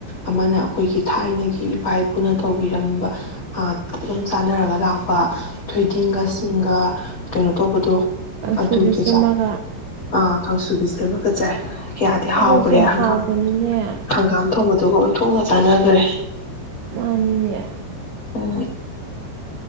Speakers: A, on the left; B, on the right.
A: ꯑꯃꯅ ꯑꯈꯣꯏꯒꯤ ꯊꯥꯏꯅꯒꯤ ꯏꯄꯥ ꯏꯄꯨꯅ ꯇꯧꯕꯤꯔꯝꯕ ꯑꯗꯨꯝ ꯆꯥꯟꯅꯔꯒ ꯂꯥꯛꯄ ꯑ ꯊꯣꯏꯗꯤꯡꯒ ꯁꯤꯡꯒ ꯀꯩꯅꯣ ꯇꯧꯕꯗꯣ
B: ꯀꯥꯡꯁꯨꯕꯤ
A: ꯑꯗꯨ <unintelligible>
B: ꯁꯦꯝꯃꯒ
A: ꯆꯥꯏ ꯑꯥ ꯀꯥꯡꯁꯨꯕꯤꯁꯨ ꯂꯣꯏꯃꯛꯀ ꯆꯥꯏ ꯀꯌꯥꯗꯤ
B: ꯑꯗꯨꯁꯨ
A: ꯍꯥꯎꯈ꯭ꯔꯦ ꯍꯪꯒꯥꯝ
B: ꯍꯥꯎꯕꯅꯤꯅꯦ
A: ꯍꯪꯒꯥꯝ ꯊꯣꯡꯕꯗꯨꯒ ꯊꯣꯛꯅ ꯆꯥꯟꯅꯒ꯭ꯔꯦ
B: ꯃꯥꯅꯤꯅꯦ
A: ꯎꯝ